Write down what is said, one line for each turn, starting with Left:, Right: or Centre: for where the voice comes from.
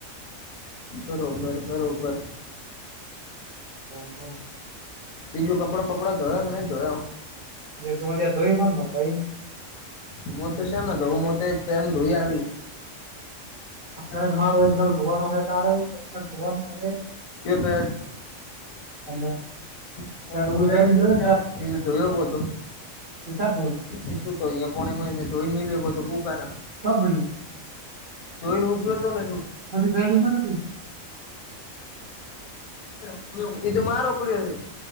Left: બરોબર બરોબર
Right: ઓહ
Left: બીજું કપડાં પપડા ધોયા કે નહી ધોયા
Right: એ તું જોઈ <unintelligible>
Left: હું તો શમનેતો હું તો એક બેેમ ધોઈ આવી
Right: ફ્રેન્ડ
Left: મારો <unintelligible> શ
Right: એક નલ ધોવાનો હે તારે એક શર્ટ ધોવાનું હે
Left: પે
Right: અને
Left: <unintelligible>
Right: પેન્ટ ઓલું પહેરી જોય
Left: એજું જોયો બોલતો
Right: સ્વીકારુ
Left: એ શું તો અહિયાયા પો જોઈને મિ તો બુકા
Right: ચોપડ્યું
Left: હું કિયો તો
Right: નથી પેડી માં નથી
Left: <unintelligible> એ મારે ઉપડી.